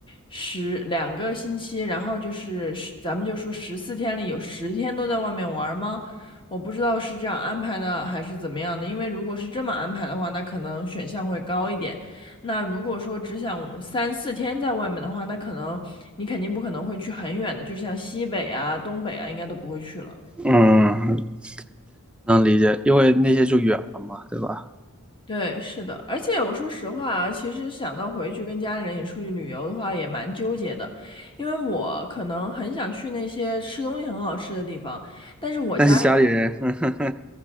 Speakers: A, on the left; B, in the centre.
A: 十两个星期，然后就是十咱们就说十四天里有十天都在外面玩儿吗？我不知道是这样安排的还是怎么样的，因为如果是这么安排的话，那可能选项会高一点。那如果说只想三四天在外面的话，那可能你肯定不可能会去很远的，就像西北啊、东北啊，应该都不会去了。
B: 嗯，能理解，因为那些就远了嘛，对吧？
A: 对，是的，而且我说实话啊，其实想到回去跟家里人也出去旅游的话，也蛮纠结的，因为我可能很想去那些吃东西很好吃的地方，但是我家，
B: 但是家里人，<laughs>